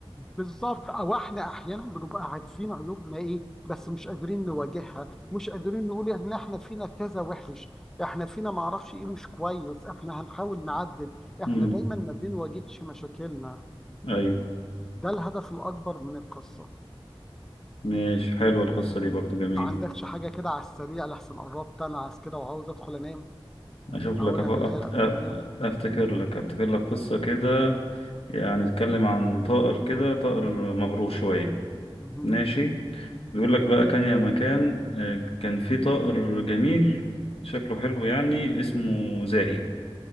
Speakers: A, in the centre; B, on the left.
A: بالظبط او احنا احيانا بنبقى عارفين عيوبنا ايه بس مش قادرين نواجهها مش قادرين نقول ان احنا فينا كذا وحش احنا فينا معرفش ايه مش كويس احنا هنحاول نعدل احنا
B: امم
A: دايما ما بنواجهش مشاكلنا
B: ايوه
A: ده الهدف الاكبر من القصة
B: ماشي حلوة القصة دي برضو جميلة
A: ما عندكش حاجة كده على السريع لحسن قربت انا عايز كده وعاوز ادخل انام
B: اشوف
A: اقولها
B: لك أف- أفت-
A: للعيال قبل
B: أ-
A: ما انام
B: افتكر لك افتكر لك قصة كده يعني بيتكلم عن طائر كده طائر مغرور شوية
A: مهم.
B: ماشي بيقول
A: ماشي
B: لك بقى كان يا مكان آه،
A: مهم.
B: كان في طائر جميل شكله حلو يعني اسمه زاهي